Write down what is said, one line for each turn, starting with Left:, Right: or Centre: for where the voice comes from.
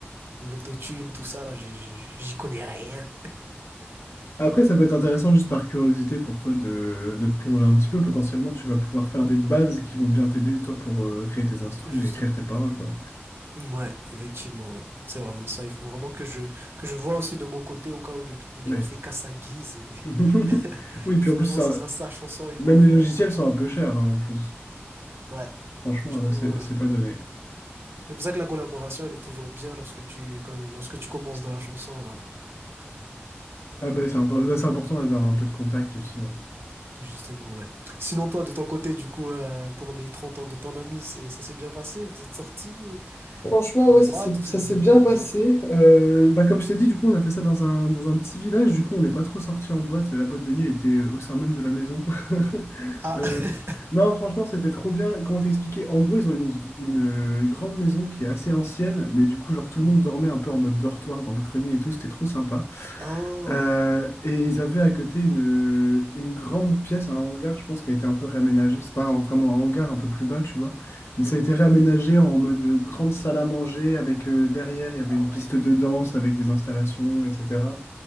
Right: L'autotune, tout ça là, j'ai- j'ai- j'y connais rien,
Left: Après, ça peut être intéressant juste par curiosité pour toi de, de te plonger un petit peu. Potentiellement, tu vas pouvoir faire des bases qui vont bien t'aider, toi, pour euh, créer tes instrus
Right: justement.
Left: et écrire tes paroles, quoi.
Right: Ouais, effectivement, ouais. C'est vraiment ça. Il faut vraiment que je, que je vois aussi de mon côté au cas où le beatmaker
Left: Mais...
Right: fait qu'à sa guise et
Left: <laughs>
Right: <laughs>
Left: Oui, puis
Right: finalement,
Left: en plus, ça,
Right: ça sera sa chanson et
Left: même
Right: ma voix,
Left: les logiciels
Right: quoi.
Left: sont un peu chers, hein, en plus.
Right: Ouais.
Left: Franchement,
Right: Du
Left: euh,
Right: coup,
Left: c'est
Right: euh,
Left: c'est pas donné.
Right: C'est pour ça que la collaboration, elle est toujours bien lorsque tu, que- lorsque tu commences dans la chanson, ouais.
Left: Ah ben, c'est impo- c'est important d'avoir un peu de contact aussi. hein.
Right: Justement, ouais. Sinon, toi, de ton côté, du coup, euh, pour les 30 ans de ton ami, c'est, ça s'est bien passé? Vous êtes sortis ou
Left: Franchement,
Right: en
Left: ouais,
Right: boîte
Left: ça s'est
Right: ou
Left: ça
Right: c'est
Left: s'est
Right: vraiment
Left: bien
Right: à la
Left: passé.
Right: maison?
Left: Euh, bah, comme je t'ai dit, du coup, on a fait ça dans un, dans un petit village. Du coup, on n'est pas trop sorti en boîte. La boîte de nuit était euh, au sein même de la maison. <laughs>
Right: Ah!
Left: Euh,
Right: <laughs>
Left: non, franchement, c'était trop bien. Comment t'expliquer? En gros, ils ont une, une, euh, grande maison qui est assez ancienne, mais du coup, genre, tout
Right: Mhm.
Left: le monde dormait un peu en mode dortoir dans le grenier et tout. C'était trop sympa.
Right: Ah,
Left: Euh, et ils avaient à côté une, une grande pièce, un hangar, je pense, qui a été un peu réaménagé. C'est pas un- vraiment un hangar un peu plus bas, tu vois. Mais ça
Right: Mhm.
Left: a été réaménagé en mode grande salle à manger, avec euh, derrière, il y avait
Right: Ah
Left: une
Right: ouais.
Left: piste de danse avec des installations, etc.